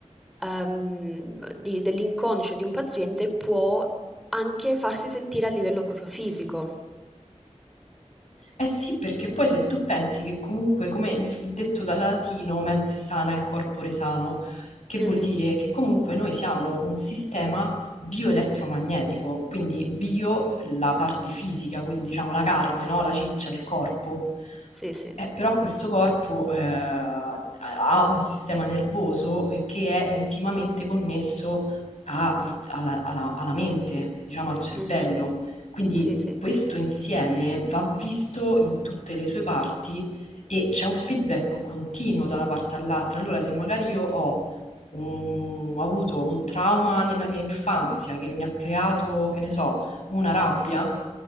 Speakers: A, in the centre; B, on the left.
A: ehm, di- dell'inconscio di un paziente può anche farsi sentire a livello proprio fisico.
B: Eh sì, perché poi se tu pensi che comunque, come il, il detto dal latino, mens sana in corpore sano, che vuol
A: Mhm.
B: dire che comunque noi siamo un sistema bioelettromagnetico, quindi bio la parte fisica, quindi diciamo la carne, no? La ciccia, il corpo.
A: Sì, sì.
B: Eh, però questo corpo eh, ha un sistema nervoso eh, che è intimamente connesso a- il- alla alla- alla mente, diciamo al cervello.
A: Mhm.
B: Quindi
A: Sì, sì.
B: questo insieme va visto in tutte le sue parti e c'è un feedback continuo da una parte all'altra. Allora, se magari io ho un- ho avuto un trauma nella mia infanzia che mi ha creato, che ne so, una rabbia,